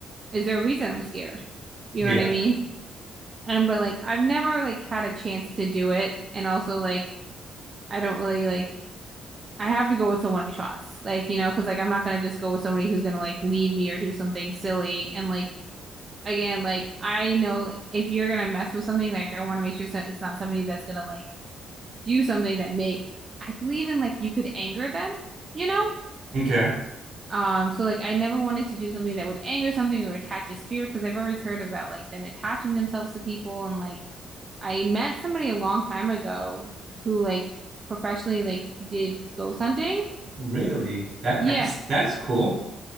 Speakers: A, on the right; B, on the right.
A: is there a reason I'm scared? You
B: Yeah.
A: know what I mean? And but like I've never like had a chance to do it, and also like I don't really like I have to go with someone I trust, like you know, because like I'm not gonna just go with somebody who's gonna like leave me or do something silly and like again, like I know like, if you're gonna mess with something, like I want to make sure so it's not somebody that's gonna like do something that may I believe in like you could anger them, you know?
B: Okay.
A: Um, so like I never wanted to do something that would anger something or attach a spirit because I've always heard about like them attaching themselves to people and like I met somebody a long time ago who like professionally like did ghost hunting.
B: Really? That
A: Yeah.
B: <laughs> that's that's cool.